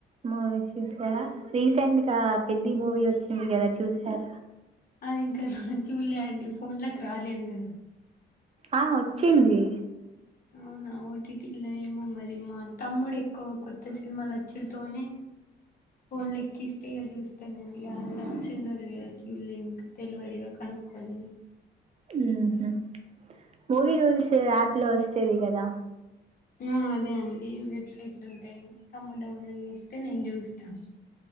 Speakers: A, on the right (about 30°); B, on the left (about 45°).
A: మూవీస్ చూసారా రీసెంట్ గా పెద్ధి మూవీ వచ్చింది కదా చూసారా
B: అది ఇంకా చుల్లే అండి ఫోన్లకి రాలేదు కదా
A: ఆ వచ్చింది
B: అవునా ఓటిటిలా ఏమో మరి మా తమ్ముడు ఎక్కువ కొత్త సినిమాలు వచ్చడితోనే ఫోన్ లెక్కిస్తే ఇగా చూస్తానండి ఎలాది నచ్చిందో లేదో చూలింక్ తెలివరిగా <unintelligible>
A: <unintelligible> మూవీ రూల్స్ యాప్ లో వస్తది కదా
B: <unintelligible> అదే అండి వెబ్సైట్లు ఉంటాయి తము డౌన్లోడ్ చేస్తే నేను చూస్తాను